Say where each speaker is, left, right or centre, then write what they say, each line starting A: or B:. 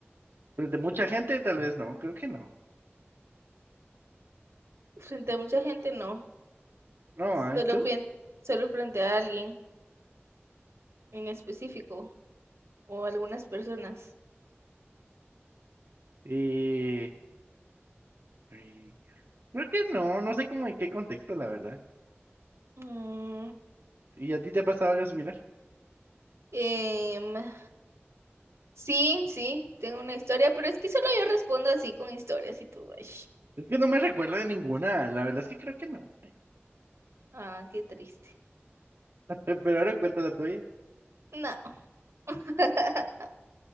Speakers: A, on the right; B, on the right.
A: Frente a mucha gente, tal vez no, creo que no.
B: frente a mucha gente no.
A: No,
B: Solo,
A: ¿ah? ¿y tú?
B: fui en- solo frente a alguien en específico. o algunas personas.
A: Eh, eh, creo que no, no sé como en qué contexto, la verdad.
B: Mm,
A: ¿Y a ti te ha pasado algo similar?
B: em, sí, sí, tengo una historia, pero es que solo yo respondo así con historias y tú, ay,
A: Es que no me recuerdo de ninguna, la verdad es que creo que no.
B: ah, qué triste.
A: <laughs> Pero ahora cuenta la tuya.
B: No. <laughs>